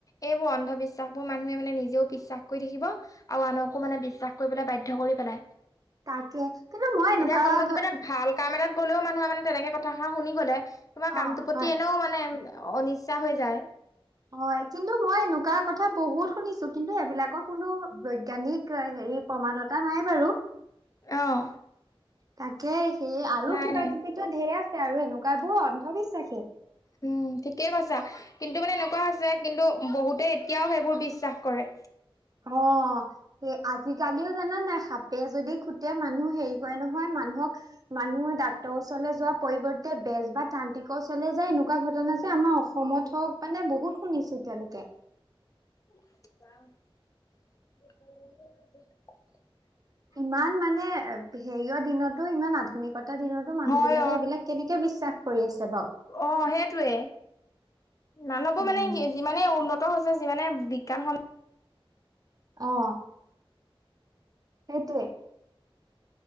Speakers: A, on the left; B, on the right.
A: এইবোৰ অন্ধবিশ্বাস বোৰ মানুহে মানে নিজেও বিশ্বাস কৰি থাকিব- আৰু আনকো মানে বিশ্বাস কৰিবলৈ বাধ্য কৰি পেলাই
B: তাকে কিন্তু মই এনেকুৱা
A: এতিয়া কোনোবা কিবা এটা- ভাল কাম এটাত গ'লেও মানুহে মানে তেনেকে কথাষাৰ শুনি গ'লে। তোমাৰ
B: অ',
A: কামটোৰ প্ৰতি
B: হয়।
A: এনেও মানে অনিচ্ছা হৈ যায়।
B: হয়ঁ কিন্তু মই এনেকুৱা কথা বহুত শুনিছোঁ কিন্তু এইবিলাকক- কোনো বৈজ্ঞানিক হেৰি প্ৰমানতা নাই বাৰু।
A: অঁ
B: তাকে সেই আৰু
A: নাই
B: কিবা
A: নাই
B: কিবিটো ঢেৰ আছে আৰু এনেকুৱা বোৰ অন্ধবিশ্বাসেই।
A: উমঁ ঠিকেই কৈছা কিন্তু মানে এনেকুৱা হৈছে কিন্তু বহুতে এতিয়াও সেইবোৰ বিশ্বাস কৰে।
B: অঁ! এ আজিকালিও জানা নাই সাপে যদি খুটে মানুহ হেৰি কৰে নহয় মানুহক। মানুহে ডাক্তৰ ওচৰলৈ যোৱা পৰিৱৰ্ত- এ বেজ বা তান্ত্ৰিকৰ ওচৰলে যায় এনেকুৱা ঘটনা যে আমাৰ অসমত হওঁক মানে বহুত শুনিছোঁ এতিয়ালৈকে।
A: <unintelligible>
B: ইমান মানে এ ভি- হেৰিয়ৰ দিনতো ইমান আধুনিকতাৰ দিনতো মানুহ
A: হয়
B: বিলাকে হেইবিলাক কেনেকে বিশ্বাস কৰি আছে বাওঁ।
A: অঁ হেইটোৱে। মানুহবোৰ
B: উম
A: মানে কি যিমানে উন্নত হৈছে যিমানে বিজ্ঞানসন।
B: অহ। সেইটোৱেই।